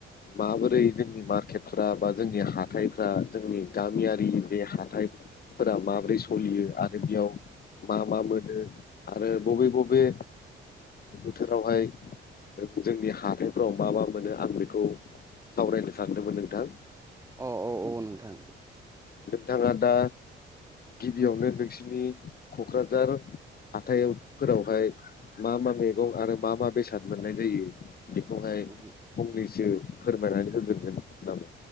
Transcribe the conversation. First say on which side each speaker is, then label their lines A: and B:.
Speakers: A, on the left; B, on the right.
A: माबोरै जोंनि मार्केटफ्रा बा जोंनि हाथथायफ्रा जोंनि गामियारि जे हाथाय फोरा माब्रै सलियो आरो बेयाव मा मा मोनो आरो बबे बबे बोथोरावहाय जोंनि हाथायफोराव मा मा मोनो आं बेखौ सावरायनो सानदोंमोन नोंथां
B: अ औ औ नोंथां
A: नोंथाङा दा गिबियावनो नोंसिनि क'क्राझार हाथायाव फोरावहाय मा मा मैगं आरो मा मा बेसाद मोननाय जायो बेखौहाय
B: ओ
A: फंनैसो फोरमायनानै होग्रोदो नामा